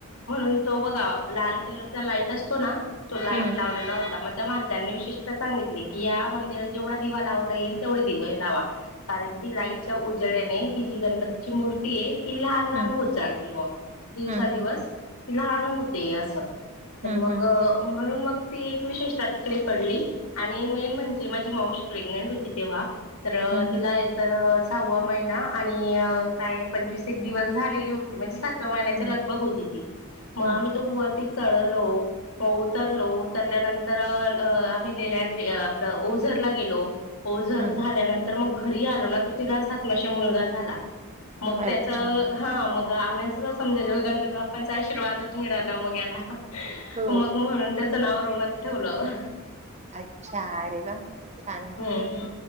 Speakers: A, on the left; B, on the right.
A: म्हणून तो बघावा. लाल कलरचा लाईट असतो ना तो लाईट
B: हम्म
A: लावलेला होता मग -- त्या माणसांनी विशेषतः सांगितली की या मंदिरात जेवढा दिवा लावता येईल तेवढे दिवे लावा. कारण की लाईटच्या उजळ्याने ही जी गणपतीची मूर्तीए. ही लहान लहान
B: हम्म
A: होत चालली बघ -- दुसरा
B: हम्म
A: दिवस ती लहान होते असं तर
B: हम्म
A: मगं
B: हम्म हम्म
A: -- मग ती एक विशेषतः तिकडे पडली आणि मेन म्हणजे माझी मावशी -- प्रेग्नेंट होती तेव्हा तर
B: हम्म
A: तिला
B: हम्म हम्म
A: एक तर सहावा महिना आणि -- काय पंचवीस एक दिवस झालेले होते म्हणजे सातव्या महिन्यात. लगभग
B: हम्म
A: होती ती मग
B: हम्म
A: आम्ही त गुवारती चढलो मग उतरलो उतरल्यानंतर अ अ आम्ही लेण्याद्री अ आपलं ओझर- - ला गेलो ओझर
B: हम्म
A: झाल्यानंतर मग घरी आलो ना तर तिला असा -- नशिब मुलगा झाला. मग त्याच
B: अच्छा
A: ह हा मग आमीचच -- याच्यावर गणपती बाप्पांचा आशीर्वादच मिळाला मग ह्याला
B: हो
A: मग म्हणून त्याच नाव -- रोनक ठेवलं.
B: अच्छा अरे वा छान
A: हम्.